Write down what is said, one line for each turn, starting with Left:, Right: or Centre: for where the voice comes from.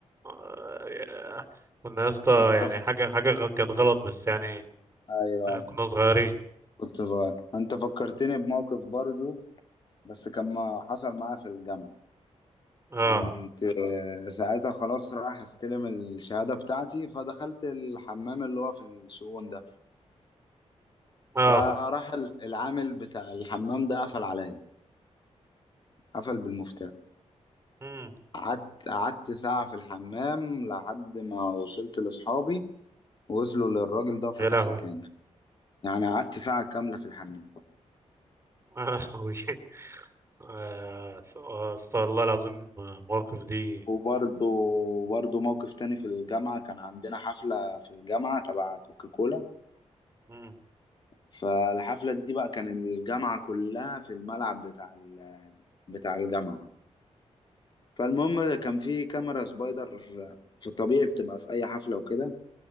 Right: آه، كنا يا اسطى
Left: انت
Right: يعني
Left: ف...
Right: حاجه حاجه غ- كانت غلط بس يعني
Left: ايوه
Right: آه،
Left: ايوه
Right: كنا صغيرين
Left: كنت صغير انت فكرتني بموقف برضو بس كان ما حصل معايا في الجامعة
Right: اه
Left: كنت آه، ساعتها خلاص رايح استلم الشهادة بتاعتي فدخلت الحمام اللي هو في الشؤون ده
Right: اه
Left: فراح ال- العامل بتاع الحمام ده قفل عليا قفل بالمفتاح
Right: امم
Left: قعدت قعدت ساعة في الحمام لحد ما وصلت لأصحابي وصلوا للراجل ده وفتح
Right: يا لهوي
Left: لي تاني يعني قعدت ساعة كاملة في الحمام
Right: يا لهوي <laughs> آه، استغفر الله العظيم آه، المواقف دي
Left: وبرضه برضه موقف تاني في الجامعة كان عندنا حفلة في الجامعة تبع كوكاكولا
Right: مم.
Left: فالحفلة دي بقى كان الجامعة كلها في الملعب بتاع ال- بتاع الجامعة فالمهم كان في كاميرا سبايدر في الطبيعي بتبقى في أي حفلة وكده